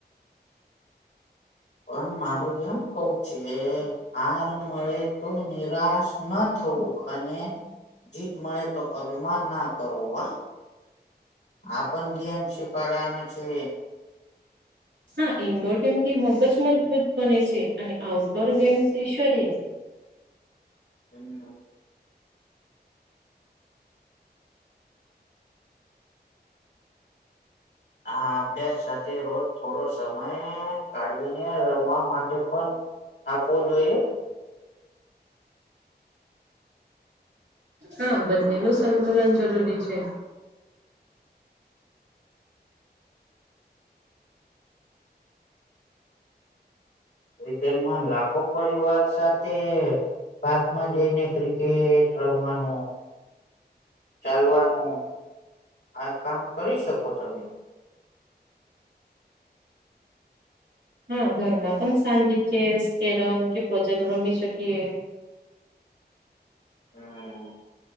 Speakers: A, on the left; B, on the right.
A: પણ મારું એમ કવ છે. આર મળે તો નિરાશ ન થવું અને જીત મળે તો અભિમાન ના કરવો હ. આપણ ગેમ છેકવાડવાના છે.
B: હા, ઇન્ડોર ગેમથી મગજ મજબૂત બને છે અને આઉટડોર ગેમથી શરીર.
A: એમ આભ્યાસ સાથે રોજ થોડો સમય કાઢવીને રમવા માટે પણ આપવો જોઈએ
B: હા, બંને નું સંતુલન જરૂરી છે.
A: વિકેન્ડમાં લાખો પરિવાર સાથે પાર્કમાં જઈને ક્રિક કેટ રમવાનું, ચાલવાનું આ કામ કરી શકો તમે.
B: હ ઘરમાં પણ સાંજે ચેસ, કેરમ કે પજલ રમી શકીએ.
A: હમ